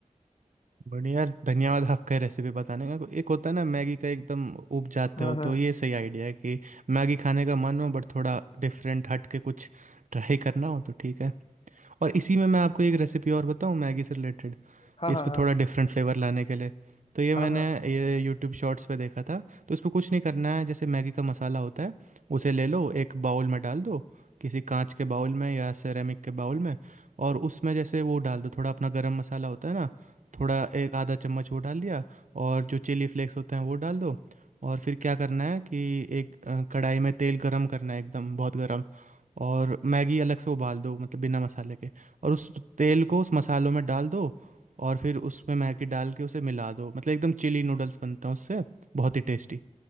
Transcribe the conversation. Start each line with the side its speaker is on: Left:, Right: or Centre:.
Right: बढ़िया यार धन्यवाद आपका रेसिपी बताने का एक होता है ना मैगी का एकदम उब जाते
Left: हाँ
Right: हो
Left: हाँ
Right: तो ये सही आइडिया है कि मैगी खाने का मन हो बट थोड़ा डिफरेंट हट के कुछ ट्राई करना हो तो ठीक है और इसी में मैं आपको एक रेसिपी और बताऊँ मैगी से रिलेटेड
Left: हाँ हाँ
Right: इस पे
Left: हाँ
Right: थोड़ा डिफरेंट फ्लेवर लाने के लिए तो ये मैंने
Left: हाँ हाँ
Right: ये यूट्यूब शॉर्ट्स पे देखा था तो इसमें कुछ नहीं करना है जैसे मैगी का मसाला होता है उसे ले लो एक बाउल में डाल दो किसी कांच के बाउल में या सेरेमिक के बाउल में और उसमें जैसे वो डाल दो थोड़ा अपना गरम मसाला होता है ना थोड़ा एक आधा चम्मच वो डाल दिया और जो चिली फ्लेक्स होते हैं वो डाल दो और फिर क्या करना है कि एक अ, कढ़ाई में तेल गरम करना है एकदम बहुत गरम और मैगी अलग से उबाल दो मतलब बिना मसाले के और उस तेल को उस मसालों में डाल दो और फिर उसमें मैगी डाल के उसे मिला दो मतलब एकदम चिली नूडल्स बनते हैं उससे बहुत ही टेस्टी